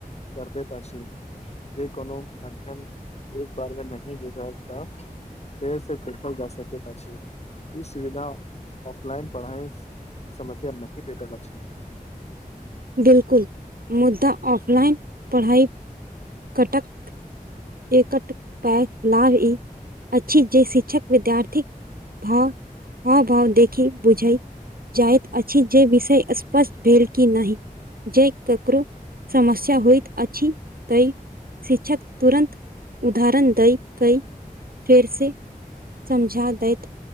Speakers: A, on the left; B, on the right.
A: करबैत अछी जे कोनो अध्ययन एक बार मे नहि बुंदेल तऽ फेर से पखल <unintelligible> जा सकैत अति ई सुविधा ऑफलाइन पढ़ाइ - समस्या नहीं भेटल अछि
B: बिलकुल मुद्दा ऑफलाइन पढ़ाई कटक एकट पैघ लाभ ई अछि जे शिक्षक विद्यार्थीक भाल हाव भाव देखी बुझै जाइत अछि जे विषय स्पष्ट भेल कि नहि। जे ककरो समस्या होइत अछि तय शिक्षक तुरन्त उदाहरण दय कय फेर से समझा दैत